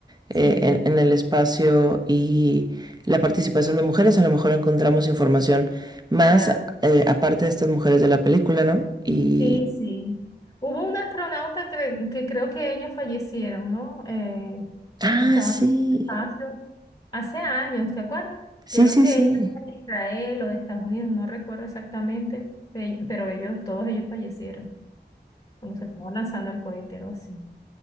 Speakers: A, on the left (about 30°); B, on the right (about 20°).
A: Sí,
B: eh, en, en el espacio y la participación de mujeres. A lo mejor encontramos información más
A: claro.
B: eh, aparte de estas mujeres de la película, ¿no? Y...
A: Sí, sí. Hubo un astronauta que, que creo que ellos fallecieron, ¿no? Eh,
B: Ah,
A: estaban
B: sí.
A: en el espacio hace años, ¿te acuerdas?
B: Sí,
A: Creo
B: sí,
A: que
B: sí.
A: ella era de Israel o de Estados Unidos, no recuerdo exactamente, pe- pero ellos, todos ellos fallecieron cuando se estuvo lanzando el cohete, algo así.